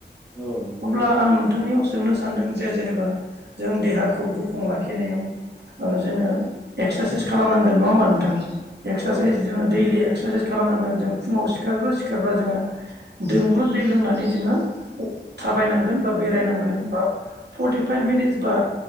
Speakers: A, in the centre; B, on the right.
A: औ नंगौ
B: अब्ला
A: नोंथां
B: आं नोंथांनियाव सोंनो सानदों जे जेनेबा जों देहाखौ गुफुं लाखिनायाव ओ जोंङो एक्सासाइस खालामनांगोन नङा होमबा नोंथां एक्सासाइस
A: औ
B: जोंङो दैलि एक्स क्सासाइस खालामनांगोन जों फुंङाव सिखारग्रो सिखारग्रा जोंङो दोंब्रुद दै लोंनानै जोंङो अ थाबायनांगोन बा बेरायनांगोन बा फर्टिफाइभ मिनिटस बा